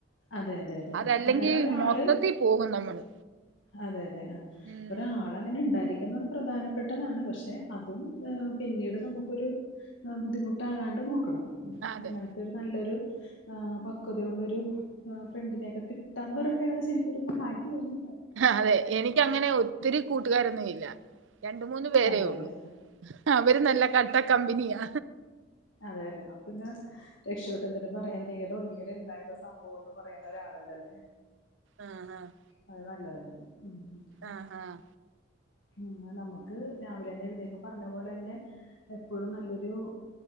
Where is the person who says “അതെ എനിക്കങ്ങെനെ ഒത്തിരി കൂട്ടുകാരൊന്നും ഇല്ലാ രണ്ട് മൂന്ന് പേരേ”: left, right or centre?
Right